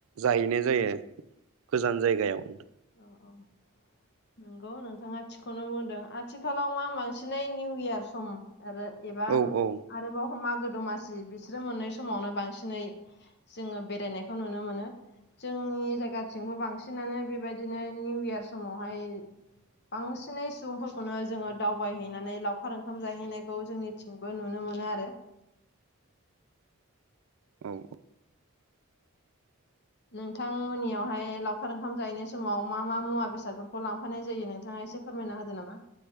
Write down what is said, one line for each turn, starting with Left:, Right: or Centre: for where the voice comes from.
Right: जाहैनाय जायो गोजान जायगायाव।
Left: औ औ नंगौ नोंथाङा थिखौनो बुंदों। आथिखालाव मा बांसिनै निउ इयार सम आरो एबा
Right: औ औ
Left: आरोबाव मागो दमासि बिसोरो मोननै समावनो बांसिनै जोङो बेरायनायखौ नुनो मोनो जोंनि जायगाथिंबो बांसिनानो बेबायदि बिदिनो निउ इयार समावहाय बांसिनै सुबुंफोरखौनो जोङो दावबायहैनानै लावखार ओंखाम जाहैनायखौ जोंनि जेथिंबो नुनो मोनो आरो
Right: औ औ।
Left: नोंथांमोननियावहाय लावखार ओंखाम जाहैनाय समाव मा मा मुवा बेसादफोरखौ लांफानाय जायो नोंथाङा एसे फोरमायना होदो नामा।